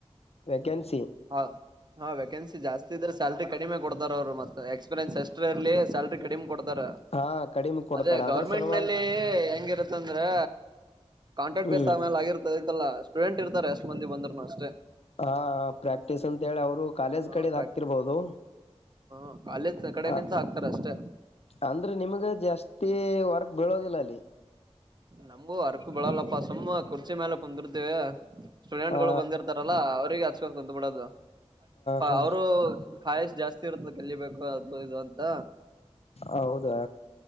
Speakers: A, on the left; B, on the right.
A: ವೆಕೆನ್ಸಿ
B: ಹೌದು ಹಾ ವೇಕೆನ ಜಾಸ್ತಿ ಇದ್ರ ಸಲ್ರಿ ಕಡಿಮೆ ಕೊಡ್ತಾರ ಅವರು ಮತ್ ಎಕ್ಸ್ಪೀರಿಯನ್ಸ್ ಎಷ್ಟ್ರ ಇರ್ಲಿ ಸ್ಯಾಲ್ರಿ ಕಡಿಮೆ ಕೊಡ್ತಾರ
A: ಹಾ ಕಡಿಮೆ ಕೊಡ್ತಾರೆ
B: ಅದೇ
A: ಅದ್ರ
B: ಗೌರ್ಮೆಂಟ್
A: ಸಲುವಾಗಿ
B: ನಲ್ಲಿ ಹೆಂಗಿರತ್ತ ಅಂದ್ರೆ ಕಾಂಟಾಕ್ಟ್
A: ಹ್ಮ್
B: ಬೇಸ್ ಆಮೇಲೆ ಆಗಿರ್ತೈಐತಲ್ಲ ಸ್ಟೂಡೆಂಟ್ ಇರ್ತಾರೆ ಅಷ್ಟ ಮಂದ ಬಂದ್ರುನು ಅಷ್ಟೇ
A: ಹಾ ಹಾ ಪ್ರಾಕ್ಟೀಸ್ ಅಂತ ಹೇಳಿ ಅವರು ಕಾಲೇಜ್
B: ಹ
A: ಕಡೆದ
B: ಪ್ರಾಕ್
A: ಹಾಕ್ತಿರ್ಬಹದು
B: ಹ ಕಾಲೇಜ್ ಕಡೆ
A: ಅ
B: ನಿಂತ ಹಾಕ್ತಾರ ಅಷ್ಟೇ
A: ಅಂದ್ರೆ ನಿಮ್ಗ ಜಾಸ್ತಿ ವರ್ಗ್ ಬೀಳೋದಿಲ್ಲ ಅಲ್ಲಿ
B: ನಂಬೂ ಅರಕ ಬಿಳಲ್ಲಪ್ಪ ಸುಮ್ಮ ಕುರ್ಚಿ ಮೇಲೆ ಕುಂದರುದು ಸ್ಟೂಡೆಂಟ್
A: ಆ
B: ಗಳು ಬಂದಿರ್ತಾರಲ್ಲಾ ಅವ್ರರಿಗೆ ಹಚ್ಕೊಂಡು ಕುಂತ ಬಿಿಡೋದು
A: ಹ
B: ಅವರು ಕಾಯ ಜಾಸ್ತಿ ಇರ್ತ ಕಲಿಬೇಕು ಅದು ಇದು ಅಂತ
A: ಹೌದಾ